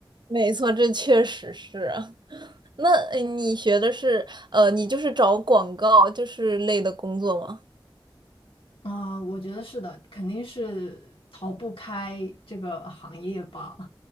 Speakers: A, on the right; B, on the left.
A: 没错，这确实是啊那呃你学的是呃，你就是找广告就是类的工作吗？
B: 嗯、我觉得是的，肯定是逃不开这个行业吧，